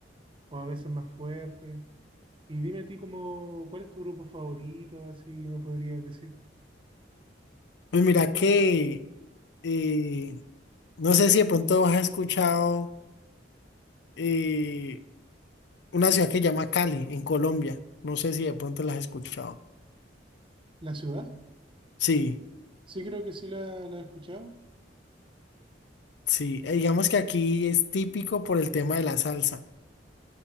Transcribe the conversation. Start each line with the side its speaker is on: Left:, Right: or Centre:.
Right: o a veces más fuerte. Y dime a ti como, ¿cuál es tu grupo favorito? Así que me podrías decir.
Left: Pues mira que eh, no sé si de pronto has escuchado eh, una ciudad que se llama Cali, en Colombia. No sé si de pronto la has escuchado.
Right: ¿La ciudad?
Left: Sí,
Right: Sí, creo que sí la, la he escuchado.
Left: sí. Eh, digamos que aquí es típico por el tema de la salsa.